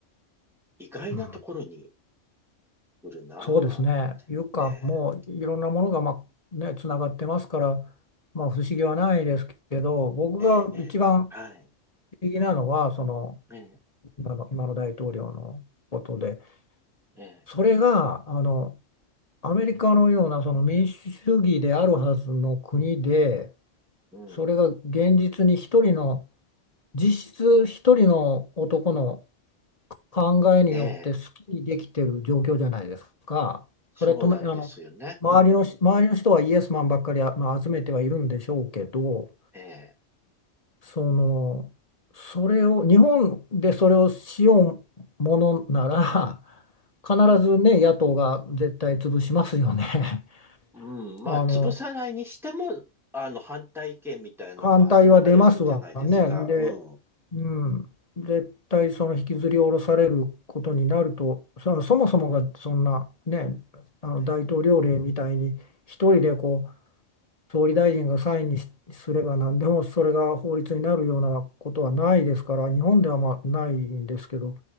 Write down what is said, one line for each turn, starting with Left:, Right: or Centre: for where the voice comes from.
Centre: 意外なところに
Left: うん、
Centre: くるなぁ。
Left: そうですね、いうか、
Centre: ええ、
Left: もういろんなものが、まあね、つながってますから、まあ、不思議はないですけど、
Centre: うん、
Left: 僕が一番
Centre: ええ、ええ、はい。
Left: 不思議なのは、その
Centre: ええ、
Left: 今の、今の大統領のことで、
Centre: ええ、
Left: それがあのアメリカのようなその民主主義であるはずの国で、
Centre: うん。
Left: それが現実に一人の、実質一人の男の考えによって好きにできてる状況じゃないですか。
Centre: ええ、そうなんですよね。
Left: それとも、あの、周りのし、
Centre: うん。
Left: 周りの人はイエスマンばっかり、あまあ、集めてはいるんでしょうけど、
Centre: ええ、
Left: その、それを、日本でそれをしようものなら、必ずね、野党が絶対潰しますよね。
Centre: うん。まあ、
Left: <laughs> あの、
Centre: 潰さないにしても、あの、反対意見みたいなのバーって流れるじゃないですか。
Left: 反対は出ますわね。で、
Centre: うん。
Left: うん、絶対その引きずり下ろされることになると、そのそもそもがそんなね、あの大統領令みたいに一人でこ
Centre: ねえ、
Left: 総理大臣がサインにしすれば何でもそれが法律になるようなことはないですから日本ではまあないんですけど